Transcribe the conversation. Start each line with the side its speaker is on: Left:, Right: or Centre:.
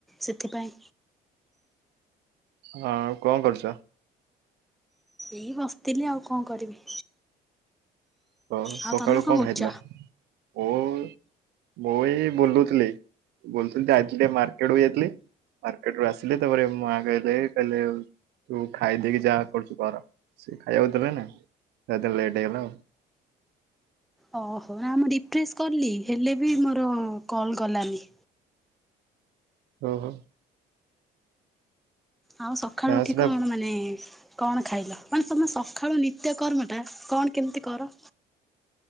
Centre: ସେଥିପାଇଁ।
Right: ହଁ ଆଉ କଣ କରୁଚ?
Centre: ଏଇ ବସିଥିଲି ଆଉ କଣ କରିବି।
Right: ତ
Centre: ଆଉ
Right: ସକାଳୁ
Centre: ତମେ
Right: କଣ
Centre: କରୁଛ?
Right: ଖାଇଥିଲ ଓଉ ମୁଁ ଏଇ ବୁଲୁଥିଲି। ବୁଲୁଥିଲି ଯାଇଥିଲି ଟିକେ ମାର୍କେଟକୁ ଯାଇଥିଲି। ମାର୍କେଟ ରୁ ଆସିଲେ ତାପରେ ମାଆ କହିଲେ କହିଲେ ତୁ ଖାଇଦେଇକି ଯାହା କରୁଛୁ କର। ସେ ଖାଇବାକୁ ଦେବେ ନା ତା ଲେଟ୍ ହେଇଗଲା ଆଉ।
Centre: ଓହୋ ନା ମୁଁ ରିଫ୍ରେସ କଲି ହେଲେ ବି ମୋର କଲ୍ ଗଲାନି।
Right: ଓହୋ।
Centre: ଆଉ ସକାଳୁ
Right: ନା
Centre: ଉଠି
Right: ସେଟା
Centre: କଣ ମାନେ କଣ ଖାଇଲ ମାନେ ତୁମେ ସକାଳୁ ନିତ୍ୟକର୍ମଟା କଣ କେମିତି କର?